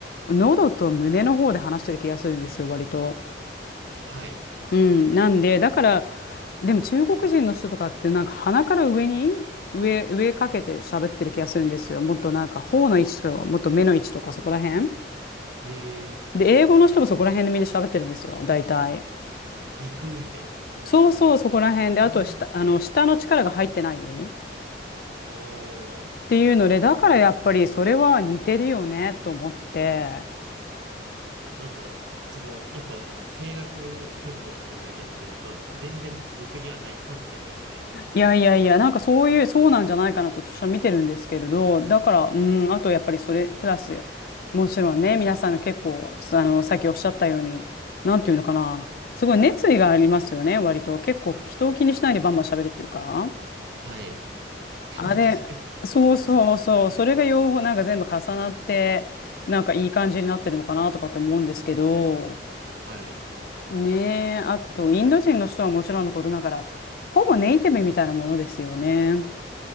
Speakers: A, on the left; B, on the right.
A: 喉と胸の方で話してる気がするんですよ、割と。
B: はい。
A: うん、なんで、だから、でも中国人の人とかってなんか鼻から上に上、上かけて喋ってる気がするんですよ。もっとなんか頬の位置とか、もっと目の位置とかそこら辺。
B: えー、
A: で、英語の人もそこら辺でみんな喋ってるんですよ、大体。
B: 鼻腔みたいなもんですか
A: そうそう、そこら辺で、あと下、
B: うん。
A: あの、下の力が入ってないっ
B: おー。
A: ていうので、だからやっぱりそれは似てるよねと思って。
B: あ、なんか、その、やっぱ声楽専攻っていうだけあって、なんか全然僕にはない観点でしたね。
A: いやいやいや、なんかそういう、そうなんじゃないかなと私は見てるんですけれど、だから、うん、あとやっぱりそれ、プラス、もちろんね、皆さん結構、あの、さっきおっしゃったように、なんていうのかな、すごい熱意がありますよね、割と。結構、人を気にしないでバンバン喋るっていうか。
B: はい。<laughs>
A: あれ、
B: 確かに。
A: そうそうそう、それが両方なんか全部重なって、なんかいい感じになってるのかなとかって思うんですけど、
B: はい。
A: ねえ、あと、インド人の人はもちろんのことながら、ほぼネイティブみたいなものですよね。